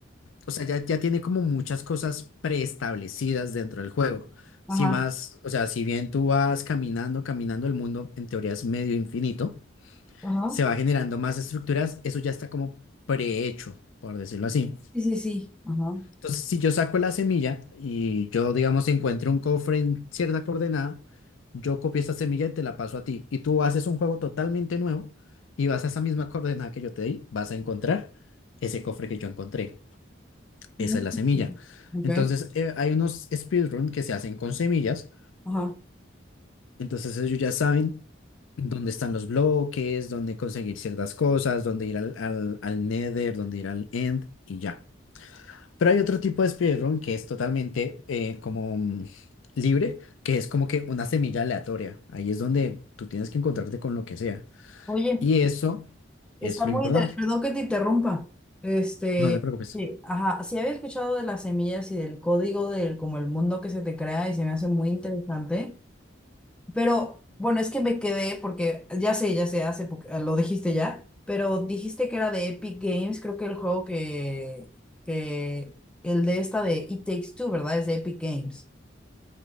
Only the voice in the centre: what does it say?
Ajá.
Ajá.
Sí, sí, sí. Ajá.
Mm.
Ok.
Ajá.
Oye,
Está
muy
interesante, perdón que te interrumpa. Este,
sí, ajá, sí había escuchado de las semillas y del código del como el mundo que se te crea y se me hace muy interesante, pero bueno, es que me quedé porque ya sé, ya sé, hace po- lo dijiste ya, pero dijiste que era de Epic Games, creo que el juego que que el de esta de It Takes Two, ¿verdad? Es de Epic Games.